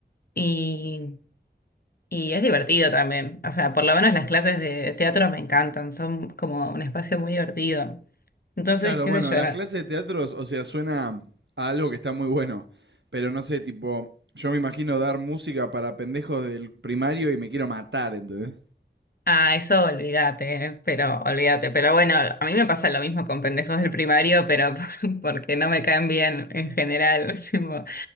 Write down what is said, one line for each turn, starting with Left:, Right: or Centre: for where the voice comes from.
Left: y, y es divertido también, o sea, por lo menos las clases de teatro me encantan, son como un espacio muy divertido. Entonces,
Right: Claro,
Left: qué
Right: bueno,
Left: sé yo,
Right: las clases de teatros, o sea, suena a algo que está muy bueno, pero no sé, tipo, yo me imagino dar música para pendejos del primario y me quiero matar, ¿entendés?
Left: Ah, eso olvídate, eh, pero olvídate. Pero bueno, a mí me pasa lo mismo con pendejos del primario, pero <laughs> porque no me caen bien en general. <laughs> tipo,